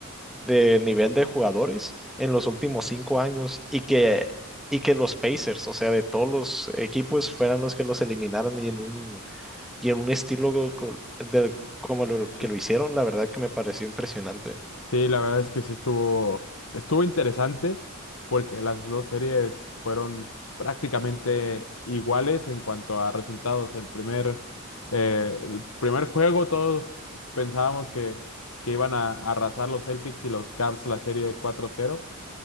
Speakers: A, in the centre; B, on the left.
A: de nivel de jugadores en los últimos cinco años y que, y que los Pacers, o sea, de todos los equipos, fueran los que los eliminaran y en un, y en un estilo co- de- como lo
B: sí.
A: que lo hicieron, la verdad que me pareció impresionante.
B: Sí, la verdad es que sí estuvo, estuvo interesante porque las dos series fueron prácticamente iguales en cuanto a resultados. El primer, eh, el primer juego todos pensábamos que, que iban a arrasar los Celtics y los Caps la serie cuatro cero